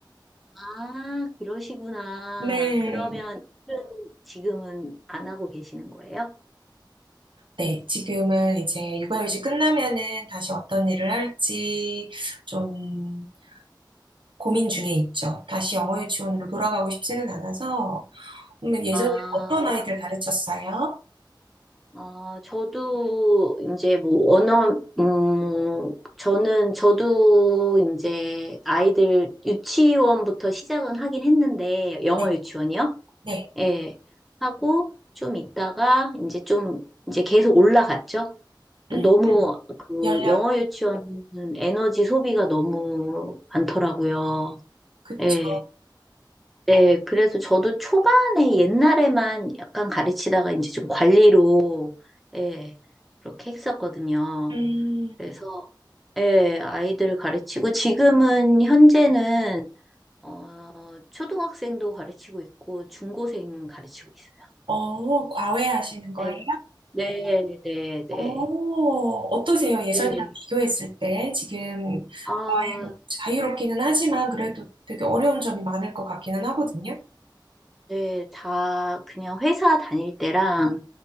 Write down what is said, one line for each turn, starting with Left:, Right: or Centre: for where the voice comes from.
Centre: 아, 그러시구나.
Right: 네.
Centre: 그러면 일은 지금은 안 하고 계시는 거예요?
Right: 네, 지금은 이제 육아휴직 끝나면은 다시 어떤 일을 할지 좀 고민 중에 있죠. 다시 영어 유치원으로 돌아가고 싶지는 않아서, 그러면 예전에
Centre: 아,
Right: 어떤 아이들 가르쳤어요?
Centre: 아, 저도 이제 뭐 언어, 음, 저는 저도 이제 아이들 유치원부터 시작은 하긴 했는데 영어
Right: 네,
Centre: 유치원이요?
Right: 네.
Centre: 예. 하고 좀 있다가 이제 좀 이제 계속 올라갔죠.
Right: 음,
Centre: 너무 그
Right: 연령이?
Centre: 영어 유치원은 에너지 소비가 너무 많더라고요.
Right: 그쵸.
Centre: 예. 네, 그래서 저도 초반에 옛날에만 약간 가르치다가 이제 좀 관리로, 예, 그렇게 했었거든요.
Right: 음,
Centre: 그래서, 예, 아이들 가르치고 지금은 현재는, 어, 초등학생도 가르치고 있고 중고생 가르치고 있어요.
Right: 어, 과외하시는 거예요?
Centre: 네, 네, 네, 네.
Right: 어, 어떠세요? 예전이랑
Centre: 네.
Right: 비교했을 때 지금
Centre: 아,
Right: 과외로 자유롭기는 하지만 그래도 되게 어려운 점이 많을 것 같기는 하거든요.
Centre: 네, 다 그냥 회사 다닐 때랑